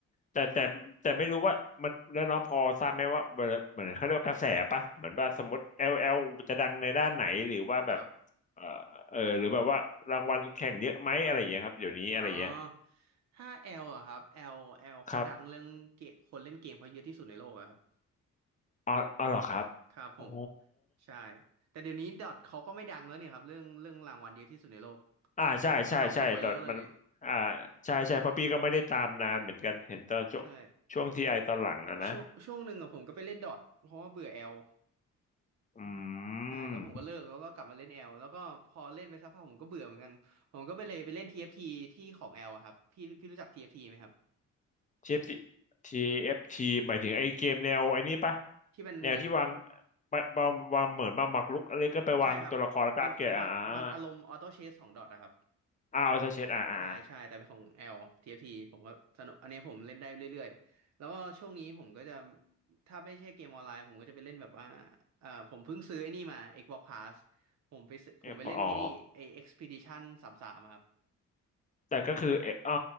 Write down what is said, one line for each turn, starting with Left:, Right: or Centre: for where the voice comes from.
Left: แต่แต่แต่ไม่รู้ว่ามันแล้วน้องพอทราบไหมว่าเหมือนเหมือนเขาเรียกว่ากระแสปะเหมือนว่าสมมติแอลแอลจะดังในด้านไหนหรือว่าแบบ
Right: ครับ
Left: เออเออหรือแบบว่ารางวัลแข่งเยอะไหมอะไรอย่างเงี้ยครับเดี๋ยวนี้อะไรเงี้ย
Right: อ๋อถ้าแอลอะครับแอลแอลเขาดังเรื่องเกมคนเล่นเกมเขาเยอะที่สุดในโลกอะครับ
Left: ครับอ๋ออ๋อเหรอครับ
Right: ครับผม
Left: อ๋อ
Right: ใช่แต่เดี๋ยวนี้ดอทเขาก็ไม่ดังแล้วเนี่ยครับเรื่องเรื่องรางวัลเยอะที่สุดในโลก
Left: อ่าใช่ใช่ใช่ดอทมันอ่า
Right: เขาดรอปลงมาเยอะเลยนี่
Left: ใช่ใช่เพราะพี่ก็ไม่ได้ตามนานเหมือนกันเห็นตอนช่วงช่วงทีไอตอนหลังอะนะ
Right: ใช่ช่วงช่วงหนึ่งอะผมก็ไปเล่นดอทเพราะว่าเบื่อแอล
Left: อื
Right: ใช่แล้วผมก็เลิกแล้วก็กลับมาเล่นแอลแล้วก็พอเล่นไปสักพักผมก็เบื่อเหมือนกันผมก็ไปเลยไปเล่น
Left: ม
Right: t f ฟทีที่ของแอลอะครับพี่พี่รู้จัก t ทีไหมครับ
Left: TFT TFT หมายถึงไอ้เกมแนวไอ้นี่ปะ
Right: ที่มันเหมือน
Left: แนวที่วางปะบางวางเหมือนบางหมากรุกอะไรก็ไปวางตัวละครแล้วก็อัปเกรดอ่าอ
Right: ใช่ครับ มันมันมันอารมณ์ออโต้เชสของดอทอะครับ
Left: ่าเอาใเช็ดอ่าอ่า
Right: ใช่ใช่แต่เป็นของ L TFT ผมก็สนุกอันนี้ผมเล่นได้เรื่อยๆ แล้วก็ช่วงนี้ผมก็จะถ้าไม่ใช่เกมออนไลน์ผมก็จะไปเล่นแบบว่าเอ่อผมเพิ่งซื้อไอ้นี่มา Xbox Pass ผมไปซื้อผมไปเล่นไอ้นี่ไอ้
Left: เอ็กบอกอ๋อ
Right: Expedition 33อะครับ
Left: แต่ก็คือเออ่า